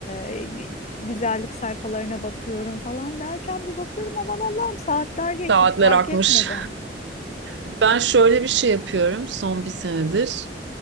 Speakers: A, on the left (about 40°); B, on the right (about 75°).
A: e, gü- güzellik sayfalarına bakıyorum falan derken bir bakıyorum aman Allah'ım saatler geçmiş
B: saatler
A: fark
B: akmış.
A: etmedim.
B: Ben şöyle bir şey yapıyorum son bir senedir.